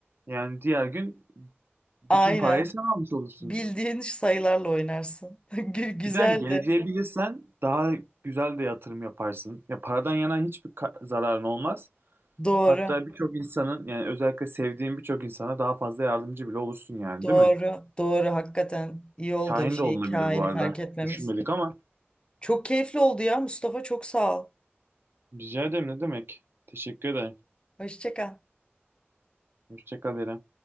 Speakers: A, on the right (about 60°); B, on the left (about 25°).
A: Yani diğer gün bütün
B: Aynen.
A: parayı sen almış olursun.
B: Bildiğin sayılarla oynarsın. <laughs> Gü- Güzel
A: Bir de hani geleceği
B: de.
A: bilirsen daha güzel de yatırım yaparsın. Ya paradan yana hiçbir ka- zararın olmaz.
B: Doğru.
A: Hatta birçok insanın yani özellikle sevdiğin birçok insana daha fazla yardımcı bile olursun yani
B: Doğru.
A: değil mi?
B: Doğru. Hakikaten iyi oldu
A: Kahin
B: şey
A: de olunabilir
B: hikayeni
A: bu arada.
B: fark etmemiz.
A: Düşünmedik ama.
B: Çok keyifli oldu ya Mustafa. Çok sağ ol.
A: Rica ederim ne demek. Teşekkür ederim.
B: Hoşça kal.
A: Hoşça kal İrem.